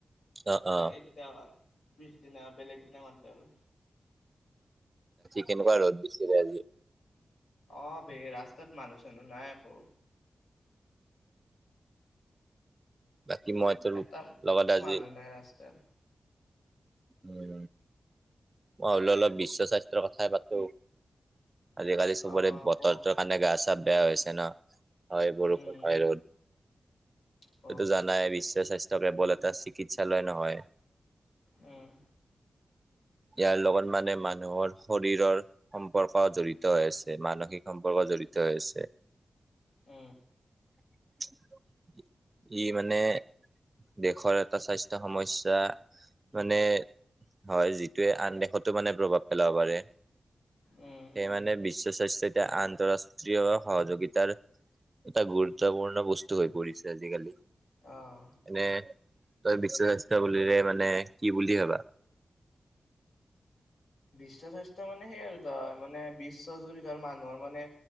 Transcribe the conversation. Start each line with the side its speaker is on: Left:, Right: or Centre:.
Right: অ অ
Left: এতিয়া এক পিছ দিনা বেলেগ দিনা ম আৰু
Right: তেনেকুৱা ৰ'দ দিছিলে আজি
Left: অ ভে ৰাস্তাত মানুহ চানহ নাই আকৌ
Right: বাকী মইতো
Left: এটা
Right: লগাদজি
Left: মানুহ নাই ৰাস্তাত
Right: উ মই ভাবিলো অলপ বিশ্ব স্বাস্থ্যৰ কথাই পাতো আজিকালি চবৰে
Left: অ
Right: বতৰটোৰ
Left: ক
Right: কাৰণে গা চা বেয়া হৈছে ন হয় বৰষুণ
Left: উম
Right: হয় ৰ'দ
Left: ক
Right: তইটো জানাই বিশ্ব স্বাস্থ্য কেৱল এটা চিকিৎসালয় নহয়
Left: উম।
Right: উ ইয়াৰ লগত মানে মানুহৰ শৰীৰৰ সম্পৰ্ক জড়িত হৈ আছে মানসিক সম্পৰ্ক জড়িত হৈছে
Left: উ
Right: <unintelligible> ই মানে দেশৰ এটা স্বাস্থ্য সমস্যা মানে হয় যিটোৱে আন দেশতো মানে প্ৰভাৱ পেলাব পাৰে
Left: উম
Right: সেই
Left: উম
Right: মে বিশ্ব স্বাস্থ্য এতিয়া আন্তঃৰাষ্ট্ৰীয় সহযোগিতাৰ এটা গুৰুত্বপূৰ্ণ বস্তু হৈ পৰিছে আজিকালি
Left: অহ
Right: এনে তই বিশ্ব স্বাস্থ্য বুলিলে মানে কি বুলি ভাবা
Left: বিশ্ব স্বাস্থ্য মানে সেই আৰু ধৰ মানে বিশ্বজুৰি ধৰ মানুহৰ মানে